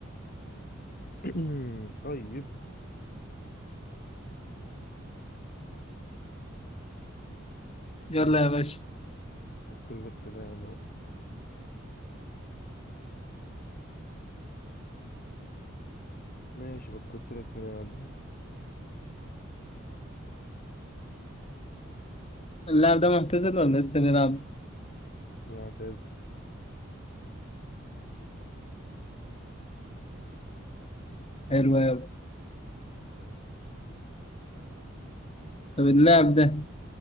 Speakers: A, on the left (about 45°); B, on the left (about 30°).
A: <clears throat> طيب
B: يلا
A: ماشي
B: يا باشا
A: فكر لك في لاعب أهو. ماشي فكرت لك في لاعب
B: اللاعب ده معتزل ولا لسه بيلعب
A: معتز
B: حلو أوي. طب اللاعب ده